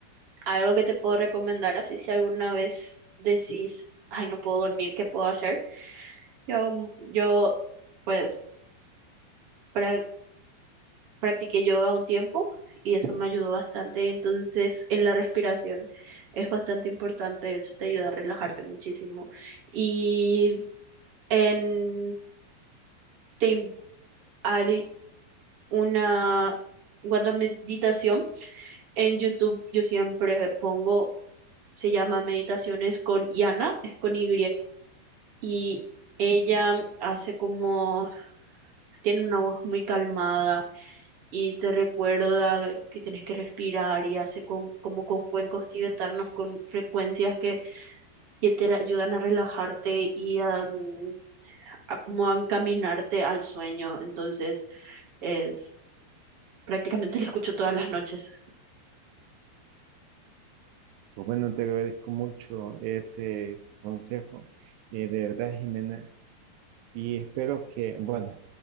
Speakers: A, on the right (about 65°); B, on the right (about 80°).
A: algo que te puedo recomendar, así si alguna vez decís, ay, no puedo dormir, ¿qué puedo hacer? Yo, mm, yo pues pra- practiqué yoga un tiempo y eso me ayudó bastante. Entonces, en la respiración es bastante importante, eso te ayuda a relajarte muchísimo. Y en, te, in- hay una, cuando a meditación, En YouTube yo siempre pongo, se llama Meditaciones con Yana, es con Y, y ella hace como, tiene una voz muy calmada y te recuerda que tienes que respirar y hace con, como con cuencos tibetanos, con frecuencias que, que te ayudan a relajarte y a, mm, a como a encaminarte al sueño. Entonces es prácticamente la escucho todas las noches.
B: Pues bueno, te agradezco mucho ese consejo. Eh, de verdad, Jimena. Y espero que, bueno,